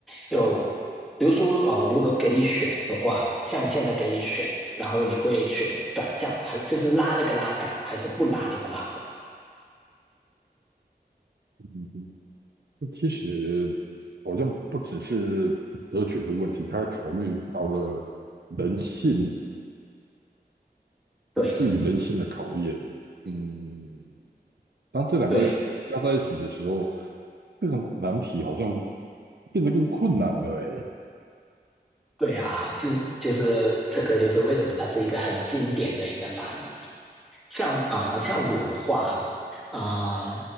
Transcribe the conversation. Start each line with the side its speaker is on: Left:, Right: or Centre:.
Centre: 就比如说呃，如果给你选的话，像现在给你选，然后你会选转向，还就是拉那个拉杆，还是不拉那个拉杆？
Right: 嗯其实好像不只是哲学的问题，他还考虑到了人性，
Centre: 对
Right: 对于人性的考验。嗯，当这两个加在一起的时候，
Centre: 对。
Right: 这个难题好像变得更困难了。哎，
Centre: 对啊，就就是这个，就是为什么它是一个很经典的一个难题。像啊、呃像我的话，啊、